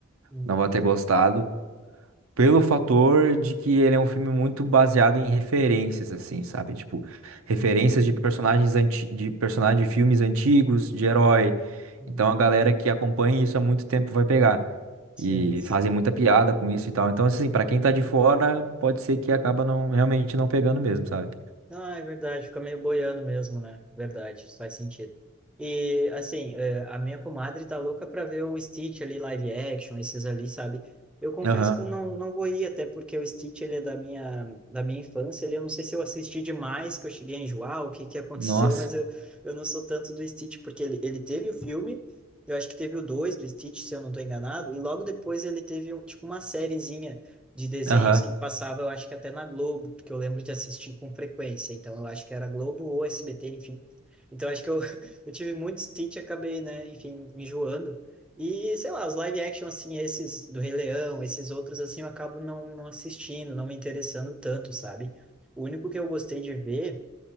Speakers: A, in the centre; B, on the right.
A: Uhum,
B: não vai ter gostado, pelo fator de que ele é um filme muito baseado em referências, assim, sabe? Tipo, referências
A: uhum,
B: de personagens anti, de personagens de filmes antigos, de herói.
A: uhum.
B: Então a galera que acompanha isso há muito tempo vai pegar.
A: Sim.
B: E fazem muita piada com isso e tal. Então, assim, pra quem tá de fora, pode ser que acaba não, realmente não pegando mesmo, sabe?
A: Ah, é verdade, fica meio boiando mesmo, né? Verdade, isso faz sentido. E, assim, é, a minha comadre tá louca pra ver o Stitch ali, live action, esses ali, sabe? Eu confesso
B: Aham.
A: que eu não, não vou ir, até porque o Stitch, ele é da minha, da minha infância, ele, eu não sei se eu assisti demais, que eu cheguei a enjoar, o que que aconteceu,
B: Nossa.
A: mas eu, eu não sou tanto do Stitch, porque ele, ele teve o filme, eu acho que teve o 2 do Stitch, se eu não tô enganado, e logo depois ele teve, um- tipo, uma sériezinha, de desenhos
B: Aham.
A: que passava, eu acho que até na Globo, porque eu lembro de assistir com frequência. Então, eu acho que era Globo ou SBT, enfim. Então, acho que eu, <laughs> eu tive muito stint e acabei, né, enfim, me enjoando. E, sei lá, os live action, assim, esses do Rei Leão, esses outros, assim, eu acabo não, não assistindo, não me interessando tanto, sabe? O único que eu gostei de ver